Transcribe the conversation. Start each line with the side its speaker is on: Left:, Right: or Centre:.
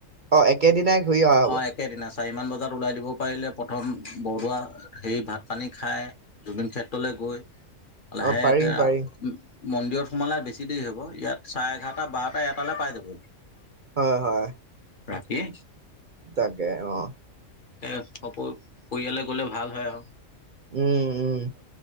Right: অ', একেই দিনাই ঘূৰি অহা হব।
Left: অ একেদিনা চাৰিমান বজাত ওলাই দিব পাৰিলে প্ৰথম বৰদোৱা হেৰি ভাত পানী খায়, জুবিন ক্ষে লৈ গৈ, লাহেকে
Right: অ পাৰি পাৰি
Left: আও মন্দিৰত সোমালে বেছি দেৰি হ'ব, ইয়াত চাৰে এঘাৰটা বাৰটা এটালে পাই যাব।
Right: হয় হয়।
Left: ৰাতি
Right: তাকে, অ'।
Left: এ সকলো পৰিয়ালে গলে ভাল হয় আও
Right: উম উম।